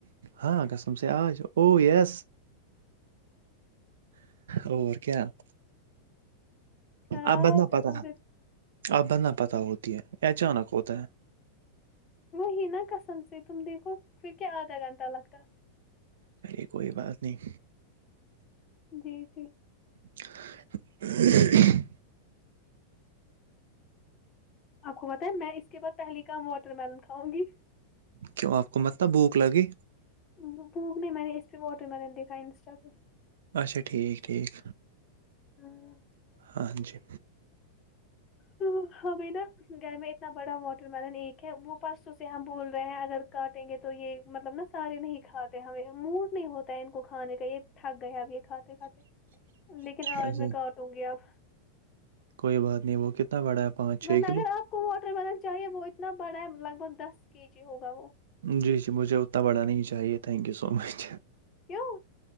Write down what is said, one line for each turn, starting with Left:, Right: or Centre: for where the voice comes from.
Right: ہاں قسم سے آج او یس اور کیا
Left: نا یار
Right: اب بدنا
Left: قسم
Right: پت ہے
Left: سے
Right: اب بدنا پتہ ہوتی ہے اچانک ہوتا ہے
Left: وہی نا کسم سے تم دیکھو کیوں کیا آدھا گھنٹہ لگتا
Right: چلیے کوئی بات نہیں
Left: جی جی
Right: <unintelligible> <inaudible>
Left: آپ کو بتائیں میں اس کے بعد پہلی کام واٹر میلن کاؤں گی
Right: کیوں آپ کو متلب بھوک لگے
Left: وہ بھوک نہیں میں نے اس پہ واٹر میلن دیکھا انسٹا پہ
Right: اچھا ٹھیک ٹھیک
Left: ہوں <unintelligible>
Right: ہاں جی
Left: تو ہمیں نا گھر میں اتنا بڑا واٹر ملن ایک ہے وہ پرسوں سے ہم بول رہے ہیں اگر کاٹیں گے تو یہ مطلب نا سارے نہیں کھاتے ہمیں موڈ نہیں ہوتا ہے ان کو کھانے کا یہ تھٹگ گئے اب یہ کھاتے کھاتے لیکن آج
Right: اچھا
Left: میں کااٹوں گی اب
Right: کوئی بات نہیں وہ کتنا بڑا ہے پانچ
Left: ن
Right: چھ کلو
Left: اگر آپ کو واٹر بینل چاہیے وہ اتنا بڑا ہے لگ بھگ دس کے جی ہوگا وہ
Right: جی جی مجھے اتنا بڑا نہیں چاہیے تھینک یو سو مچ
Left: کیوں